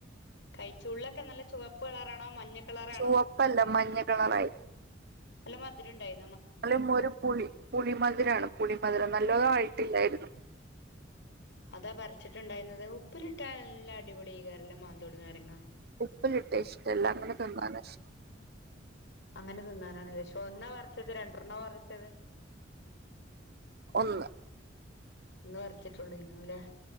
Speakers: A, on the left; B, on the right.
A: കൈ ച്ചുള്ളൊക്കെ നല്ല ചുവപ്പ് കളറാണോ മഞ്ഞ കളറാണോ
B: ചുവപ്പല്ല മഞ്ഞ കളറായി
A: നല്ല മധുരണ്ടായി
B: അല്ല ഒരു പുളി പുളിമധുരാണ് പുളിമധുരം നല്ലതായിട്ടില്ലായിരുന്നു
A: അതാ പറിച്ചിട്ട്ണ്ടായിരുന്നത്. ഉപ്പിലിട്ടാ നല്ല അടിപൊളിയ്ക്കാരല്ലോ മാന്തോളി നാരങ്ങാ
B: ഉപ്പിലിട്ട ഇഷ്ട്ടല്ല അങ്ങനെ തിന്നാന ഇഷ്ട്ടം
A: അങ്ങനെ തിന്നാനാണെലെ പഷേ ഒന്നാ പറിച്ചത് രണ്ടെണ്ണാ പറിച്ചത്
B: ഒന്ന്
A: ഒന്ന് പറിച്ച്ട്ടോള്ളയ്നു ലെ